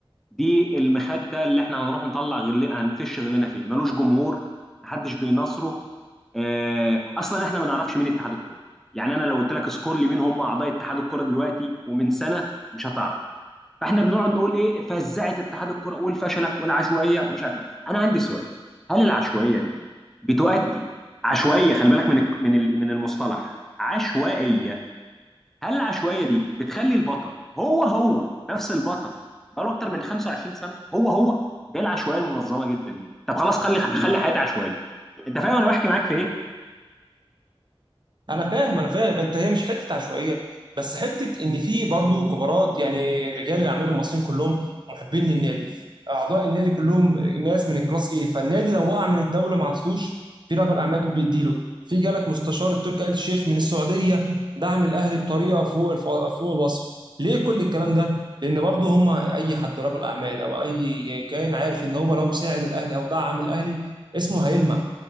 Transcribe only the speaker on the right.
انا فاهم انا فاهم انت هي مش حته عشوائيه بس حته ان في برضو كبارات يعني رجال الاعمال المصريين كلهم محبين للنادي اعضاء النادي كلهم ناس من الكلاس ايه فالنادي لو وقع من الدوله ما عزوش في رجل اعمال بيديله في جالك مستشار التركي آل الشيخ من السعوديه دعم الاهلي بطريقه فوق الف... فوق الوصف ليه كل الكلام ده لان برضو هم اي حد رجل اعمال او اي كائن عارف ان هو لو ساعد الاهلي او دعم الاهلي اسمه هيلمع